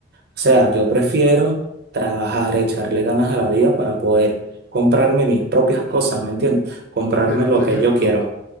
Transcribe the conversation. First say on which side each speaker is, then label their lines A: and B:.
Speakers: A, on the right; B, on the left.
A: O sea, yo prefiero trabajar, echarle ganas a la vida para poder comprarme mis propias cosas, ¿me entiendes? Comprarme
B: Pero
A: lo
B: por
A: que
B: ejemplo,
A: yo quiero.